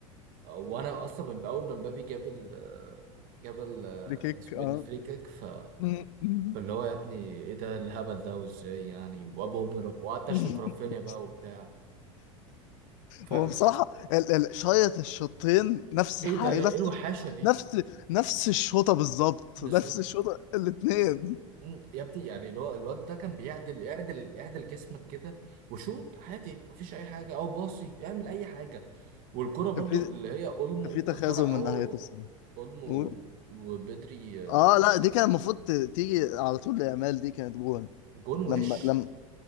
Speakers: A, on the right; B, on the left.
A: آه، وانا اصلا من اول ما مبابي جاب ال آه، جاب ال آه،
B: دي كيك
A: اسمه
B: اه
A: ايه ده، الفري كيك ف
B: مم.
A: فاللي هو يا ابني ايه ده الهبل ده وازاي يعني وابو اوبرا وقعدت اشتم
B: <laughs>
A: في رافينيا بقى وبتاع فاهم
B: هو بصراحة ال- ال- شايط الشوطين نفس
A: ايه
B: حاجة
A: ده ايه
B: نفس
A: الوحاشه دي
B: نفس نفس الشوطة بالظبط
A: بالظبط
B: نفس الشوطة الاتنين
A: مم، يا ابني يعني اللي هو الواد ده كان بيعدل اعدل اعدل جسمك كده وشوط عادي مفيش اي حاجه او باصي اعمل اي حاجه والكرة برضو
B: كان في
A: اللي هي اولمو
B: كان في تخاذل
A: كان طالع
B: من
A: هو
B: ناحيته
A: و-
B: الصراحة
A: اولمو
B: قول.
A: وبدري آه،
B: اه لا دي كان المفروض ت- تيجي على طول ليامال دي كانت جول
A: جون
B: لما
A: وش
B: لما